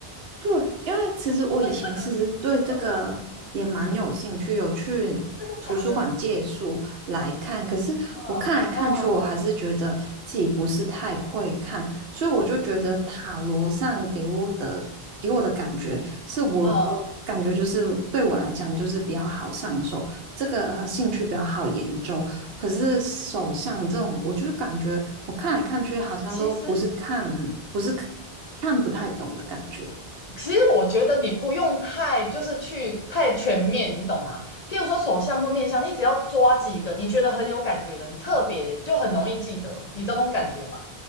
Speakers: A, on the right; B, on the left.
A: 对，因为其实我以前其实对这个也蛮有兴趣，
B: <laughs> 这个就是我的，嗯
A: 有去图书馆借书来看。
B: 真的假的？
A: 可是我看来看去，
B: 嗯嗯
A: 我还是觉得自己不是太会看，所以我就觉得塔罗上给我的给我的感觉是我我感觉就是对我来讲就是比较好上手，
B: 嗯，
A: 这个兴趣比较好研究。可是手相这种，我就感觉我看来看去好像都不是看不是看
B: 其实
A: 看不太懂的感觉。
B: 其实我觉得你不用太就是去太全面，你懂吗？譬如说手相或面相，你只要抓几个你觉得很有感觉的，你特别就很容易记得，你知道那种感觉吧？